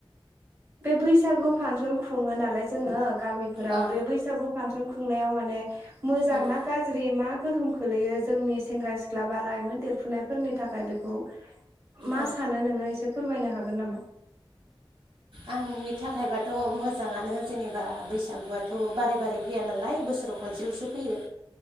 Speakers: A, on the right; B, on the right.
A: बे बैसागु फांसन खुङो नालाय जोङो गामिफोराव
B: ओ
A: बे बैसागु फांसन खुंनायाव माने मोजांना
B: उम
A: गा गाज्रि मा गोहोम खोलैयो जोंनि सेंग्रा सिख्ला बा लाइमोन देरफुनायफोरनि थाखाय बेखौ मा
B: औ
A: सानो नोङो एसे फोरमायनो हागोन नामा?
B: आंनि थाखायबाथ' मोजाङानो जेनेबा बैसागुआथ' बारे बारे फैया नालाय बोसोराव खनसेल'सो फैयो।